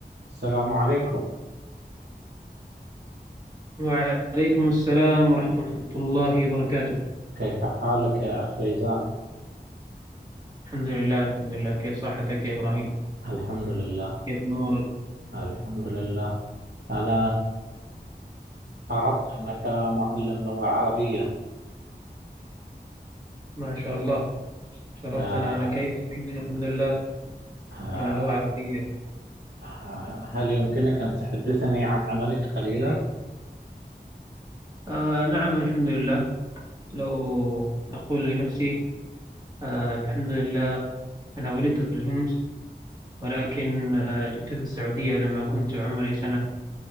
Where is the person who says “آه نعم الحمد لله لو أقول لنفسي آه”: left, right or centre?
Right